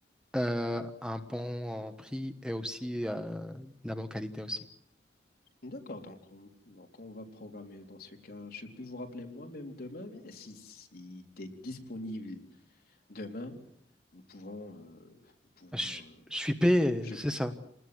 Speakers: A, in the centre; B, on the left (about 55°).
A: euh, un bon euh, prix et aussi euh, de la bonne qualité aussi.
B: D'accord, donc on, donc on va programmer dans ce cas. Je peux vous rappeler moi-même demain, mais si, si tu es disponible demain, nous pouvons, euh, nous pouvons
A: Je,
B: euh,
A: je suis payé,
B: je,
A: c'est ça.